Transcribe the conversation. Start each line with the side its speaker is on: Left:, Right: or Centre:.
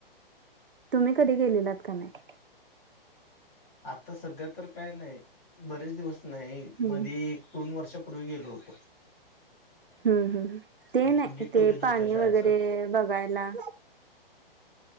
Right: तुम्ही कधी गेलेलात का नाही?
Left: आता सध्या तर काय नाही, बरेच दिवस नाही,
Right: हम्म
Left: मधी दोन वर्षापूर्वी गेलो होतो.
Right: हम्म, हम्, ते
Left: आमचं
Right: नाही
Left: गेट टुगेदर
Right: ते पाणी
Left: होतं शाळेचं
Right: वगैरे बघायला